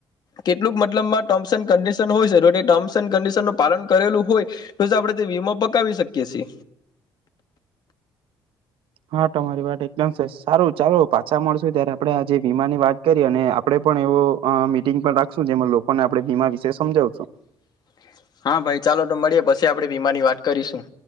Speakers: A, on the left (about 50°); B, on the right (about 75°).
A: કેટલુંક મતલબમાં ટર્મસ એન્ડ કનડીશન હોય છે તો તે ટર્મ્સ એન્ડ કનડીશન નું પાલન કરેલું હોય તો જ આપડે વીમો પકાવી શકીએ છે.
B: હા તમારી વાત એકદમ છે સારું ચાલો પાછા મળસુ ત્યારે આપડે આજે વીમાની વાત કરયે અને આપડે પણ એ તો મીટિંગ પણ રાખશું જેમાં લોકોને આપણે વીમા વિશે સમજાવશું.
A: <inaudible> હા ભાઈ ચાલો તો મળીએ પછી આપણેે વીમા ની વાત કરીશું.